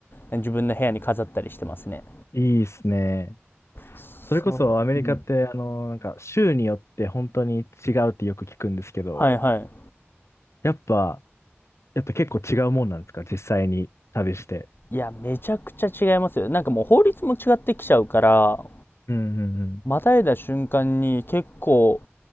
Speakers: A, on the left (about 50°); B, on the left (about 80°).
A: 自分の部屋に飾ったりしてますね。
B: いいっすね。
A: そう。
B: それこそアメリカって、
A: うん。
B: あの、なんか州によって本当に違うってよく聞くんですけど、
A: はいはい。
B: やっぱ、やっぱ結構違うもんなんですか実際に旅して。
A: いや、めちゃくちゃ違いますよ。なんかもう法律も違ってきちゃうから、
B: うんうんうん。
A: またいだ瞬間に結構、